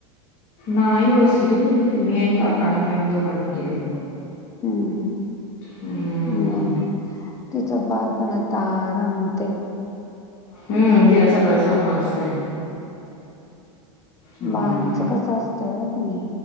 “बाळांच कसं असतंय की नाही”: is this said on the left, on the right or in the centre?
Left